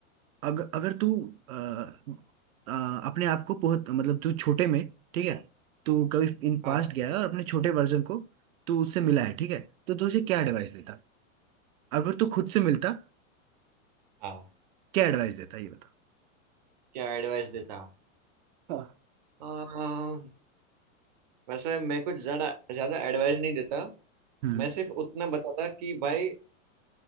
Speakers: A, on the right; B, on the right.
A: अग, अगर तू अ, अ, अपने आप को बहुत मतलब तू छोटे में ठीक है तू कभी इन पास्ट
B: हाँ
A: गया है और अपने छोटे वर्जन को तू उससे मिला है ठीक है तो तू उसे क्या एडवाइस देता अगर तू खुद से मिलता
B: हाँ
A: क्या एडवाइस देता ये बता
B: क्या एडवाइस देता
A: हाँ।
B: आ, वैसे मैं कुछ ज्यादा ज्यादा एडवाइस नहीं देता
A: हम्म
B: मैं सिर्फ उतना बताता कि भाई अ,